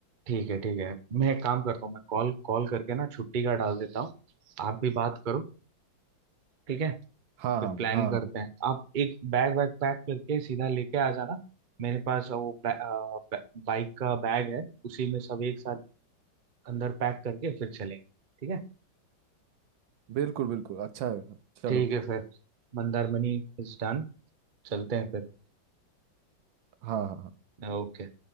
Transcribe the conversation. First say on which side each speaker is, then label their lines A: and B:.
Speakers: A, on the right; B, on the right.
A: ठीक है ठीक है मैं एक काम करता हूँ मैं कॉल कॉल करके ना छुट्टी का डाल देता हूँ आप भी बात करो ठीक है
B: हाँ
A: फिर
B: हाँ
A: प्लान
B: हाँ
A: करते
B: हाँ
A: हैं आप एक बैग वैग पैक करके सीधा लेके आ जाना मेरे पास वो बाइक का बैग है उसी में सब एक साथ अंदर पैक करके फिर चलेंगे ठीक है
B: बिल्कुल बिल्कुल अच्छा है चलो
A: ठीक है फिर मंदारमनी इज डन चलते हैं फिर
B: हाँ हाँ
A: ओके